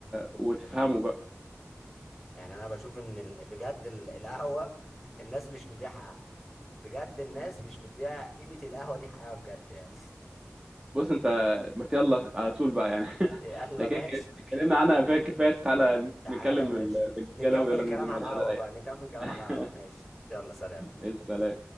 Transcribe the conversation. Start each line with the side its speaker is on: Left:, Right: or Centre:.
Right: وتفهمه بقى
Centre: يعني انا بشوف ان ال- بجد ال- القهوه الناس مش مديها حقها بجد الناس مش مديها قيمه القهوه دي حقها بجد يعني
Right: بص انت ما يلا على طول بقى يعني <laughs>
Centre: <laughs> يلا
Right: احنا كده
Centre: ماشي
Right: كده اتكلمنا عنها فيها كفايه تعالى
Centre: تعالى
Right: نتكلم
Centre: يا باشا
Right: الرجاله
Centre: نكمل
Right: ويلا
Centre: الكلام
Right: ننزل نقعد
Centre: على القهوة
Right: قعده رايقه
Centre: بقى نكمل الكلام على القهوة
Right: <laughs>
Centre: ماشي يلا سلام
Right: ايش سلام